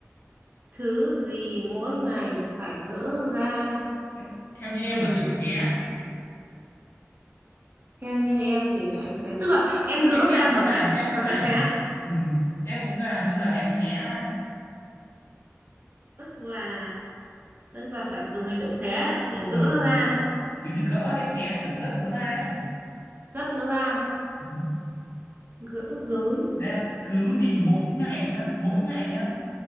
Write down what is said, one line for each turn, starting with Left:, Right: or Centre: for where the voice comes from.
Right: thứ gì mỗi ngày phải gỡ ra
Left: Thế- theo như em
Right: thì
Left: là em xé
Right: theo như em thì là em sẽ tức là em gỡ
Left: Ê, em
Right: ra
Left: cũng
Right: bằng
Left: làm
Right: cách
Left: em cũng
Right: bằng
Left: làm
Right: cách xé
Left: ừ. em cũng làm như là em xé ra
Right: tức là tức là phải dùng hành động xé để
Left: ừ.
Right: gỡ nó ra
Left: kiểu như gỡ hay xé để rất nó ra ấy
Right: gấp nó ra
Left: ừ.
Right: gỡ rối
Left: Đấy là thứ gì mỗi ngày nhá mỗi ngày nhá